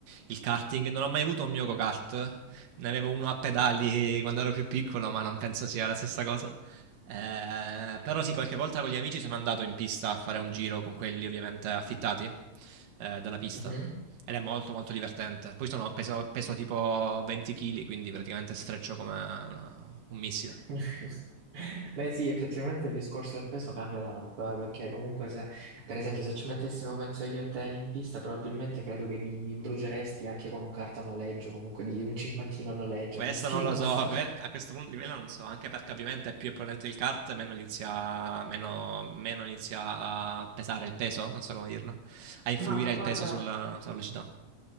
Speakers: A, on the right (about 75°); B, on the right (about 40°).
A: il karting. Non ho mai avuto un mio go-kart. Ne avevo uno a pedali quando ero più piccolo, ma non penso sia la stessa cosa. Eh, però sì, qualche volta con gli amici sono andato in pista a fare un giro con quelli ovviamente affittati eh, dalla pista.
B: Mhm.
A: Ed è molto molto divertente. Poi sono, peso, peso tipo 20 kg, quindi praticamente sfreccio come una- un missile.
B: <laughs> Beh sì, effettivamente il discorso del peso cambia tanto, eh, perché comunque se, per esempio, se ci mettessimo, penso io e te in pista, probabilmente credo che mi, mi bruceresti anche con un carta a noleggio, comunque di un cinquantino a noleggio,
A: Questo
B: così,
A: non
B: <laughs> non
A: lo so,
B: lo so.
A: que- a questo punto livello non so, anche perché ovviamente più è potente il kart, meno inizia, meno, meno inizia a pesare il peso, non so come dirlo, a influire
B: Ma
A: il
B: guarda,
A: peso sulla, sulla velocità.